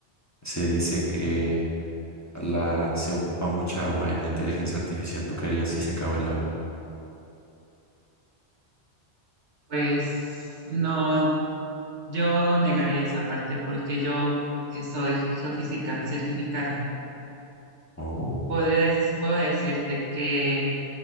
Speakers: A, on the left; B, on the right.
A: se dice que... La, se ocupa mucha agua en la inteligencia artificial. ¿Tú qué harías si se acaba el agua?
B: Pues no, yo negaría esa parte porque yo, que soy geofísica certificada,
A: Oh.
B: podría des- puedo decirte que